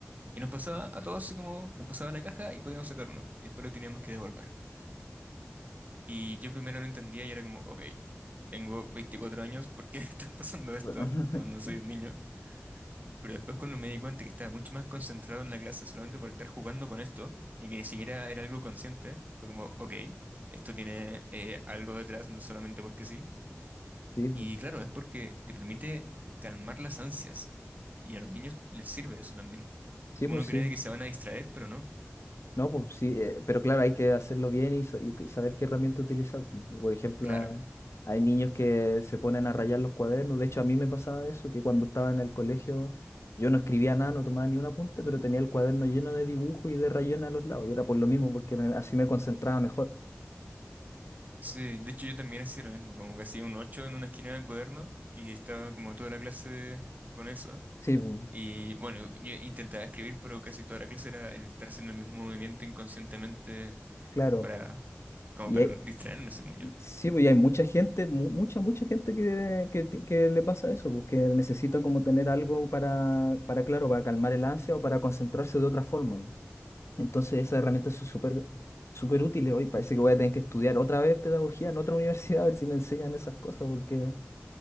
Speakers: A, on the right (about 35°); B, on the left (about 65°).
A: Y nos pasaba a todos así como nos pasaba la caja y podíamos sacar uno y después lo teníamos que devolver. Y yo primero no entendía y era como, ok, tengo 24 años, ¿por qué <laughs> me están pasando esto?
B: <laughs>
A: No, no soy un niño. Pero después cuando me di cuenta que estaba mucho más concentrado en la clase solamente por estar jugando con esto y que ni siquiera era algo consciente, fue como, ok, esto tiene eh, algo detrás, no solamente porque sí.
B: Sí,
A: Y
B: pu.
A: claro, es porque te permite calmar las ansias y a los niños les sirve eso también.
B: sí,
A: Uno
B: pues sí.
A: cree que se van a distraer, pero no.
B: No, pues sí, eh, pero claro, hay que hacerlo bien y, sa- y que- saber qué herramienta utilizar. pu. Por ejemplo,
A: Claro.
B: eh, hay niños que se ponen a rayar los cuadernos. De hecho, a mí me pasaba eso, que cuando estaba en el colegio yo no escribía nada, no tomaba ni un apunte, pero tenía el cuaderno lleno de dibujos y de rayones a los lados. Y era por lo mismo, porque me- así me concentraba mejor.
A: Sí, de hecho yo también hacía lo mismo, como que hacía un 8 en una esquina del cuaderno y estaba como toda la clase con eso.
B: Sí, pu,
A: Y bueno, yo intentaba escribir, pero casi toda la clase era el estar haciendo el mismo movimiento inconscientemente
B: claro.
A: para, como
B: Y,
A: para no distraerme, según yo.
B: Sí, pues y hay mucha gente, mu- mucha, mucha gente que, que ti- que le pasa eso, pues que necesita como tener algo para, para, claro, para calmar el ansia o para concentrarse de otra forma. pues. Entonces esas herramientas son súper, súper útiles. Hoy parece que voy a tener que estudiar otra vez pedagogía en otra universidad a ver si me enseñan esas cosas, porque